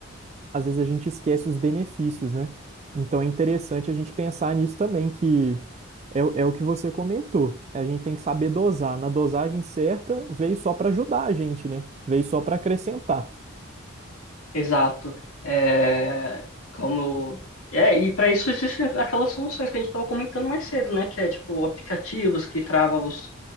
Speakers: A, on the right (about 30°); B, on the left (about 80°).
A: às vezes a gente esquece os benefícios, né? Então é interessante a gente pensar nisso também, que é, o- é o que você comentou. A gente tem que saber dosar. Na dosagem certa, veio só para ajudar a gente, né? Veio só para acrescentar.
B: Exato. É, como é, e para isso existem aquelas soluções que a gente estava comentando mais cedo, né? Que é tipo aplicativos que travam os,